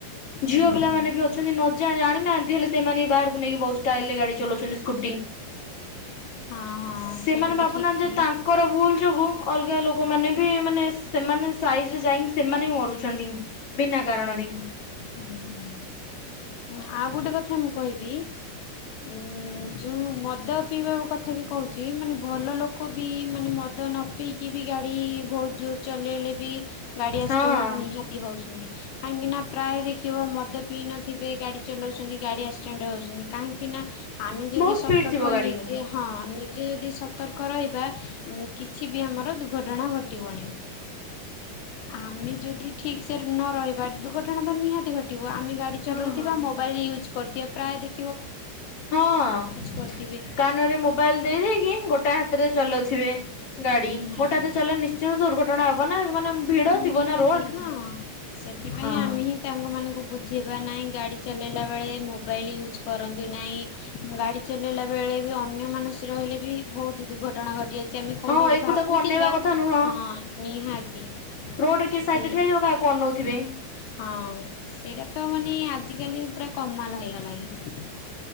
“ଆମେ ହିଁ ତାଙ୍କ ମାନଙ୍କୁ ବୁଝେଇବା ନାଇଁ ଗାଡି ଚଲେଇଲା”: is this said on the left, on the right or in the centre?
Left